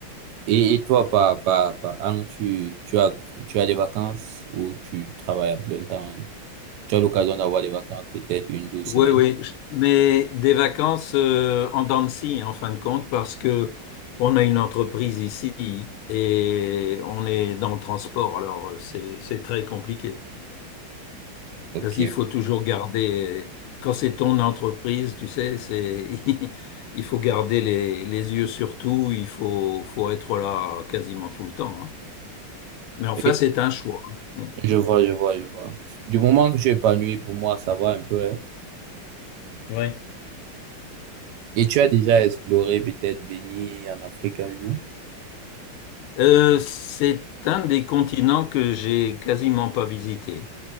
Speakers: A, on the right; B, on the left.
A: Et, et toi, par, par, par an, tu, tu as, tu as des vacances ou tu travailles à plein temps? Tu as l'occasion d'avoir des vacances, peut-être une, deux semaines.
B: Oui, oui, je- mais des vacances euh, en dents de scie, en fin de compte, parce que on a une entreprise ici et on est dans le transport, alors euh, c'est c'est très compliqué.
A: Ok.
B: Parce qu'il faut toujours garder, quand c'est ton entreprise, tu sais, c'est <laughs> il faut garder les, les yeux sur tout, il faut, faut être là quasiment tout le temps. hein. Mais enfin,
A: Et
B: c'est un choix. hein.
A: je
B: Mm,
A: vois, je vois, je vois. Du moment que tu es épanoui, pour moi, ça va un peu. hein.
B: mm. Ouais.
A: Et tu as déjà exploré peut-être venir en Afrique un jour?
B: Euh, c'est un des continents que j'ai quasiment pas visité.